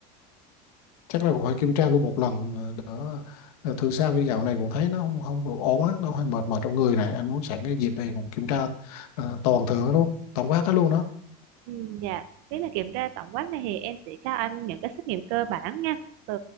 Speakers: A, on the left; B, on the right.
A: chắc là cũng phải kiểm tra luôn một lần à, đỡ à, thường sao như dạo này cũng thấy nó không không được ổn á nó hơi mệt mỏi trong người này anh muốn sẵn cái dịp này cũng kiểm tra à, toàn thử luôn tổng quát hết luôn đó
B: Ừ, dạ, nếu là kiểm tra tổng quát này thì em sẽ cho anh những cái xét nghiệm cơ bản nha, từ